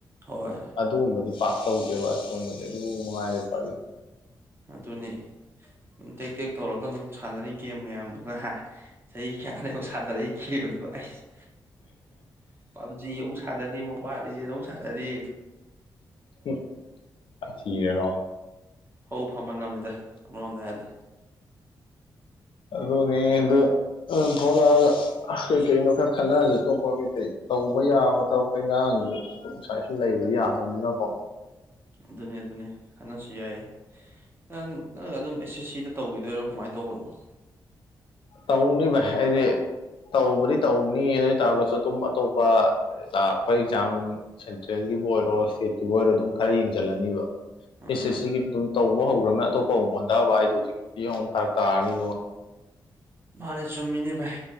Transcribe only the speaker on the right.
ꯍꯣꯏ
ꯑꯗꯨꯅꯦ ꯇꯦꯛ ꯇꯦꯛ ꯇꯧꯔꯒ ꯑꯗꯨꯝ ꯁꯥꯟꯅꯔꯤ ꯒꯦꯝ ꯃꯌꯥꯝꯗꯨꯒ ꯍꯥ ꯆꯍꯤ ꯈꯌꯥꯩꯅꯣ ꯁꯥꯟꯅꯔꯛꯏ ꯀꯦꯝꯗꯣ ꯑꯩꯁ ꯄꯥꯞꯖꯤ ꯑꯃꯨꯛ ꯁꯥꯟꯅꯅꯤ ꯃꯣꯕꯥꯢ ꯂꯤꯖꯦꯟ ꯑꯃꯨꯛ ꯁꯥꯟꯅꯔꯤ
ꯐꯕꯨ ꯐꯃꯥꯜꯂꯝꯅꯤꯗ ꯑꯃꯔꯣꯝꯗ ꯍꯥꯏꯔꯗꯤ
ꯑꯗꯨꯅꯤ ꯑꯗꯨꯅꯤ ꯈꯟꯅꯁꯤ ꯌꯥꯏꯌꯦ ꯅꯪ ꯅꯪ ꯑꯗꯨꯝ ꯑꯦꯁ ꯑꯦꯁ ꯁꯤꯗ ꯇꯧꯤꯗꯣꯏꯔꯣ ꯀꯃꯥꯏꯅ ꯇꯧꯕꯅꯣ
ꯑꯥ
ꯃꯥꯅꯦ ꯆꯨꯝꯃꯤꯅꯦ ꯚꯥꯢ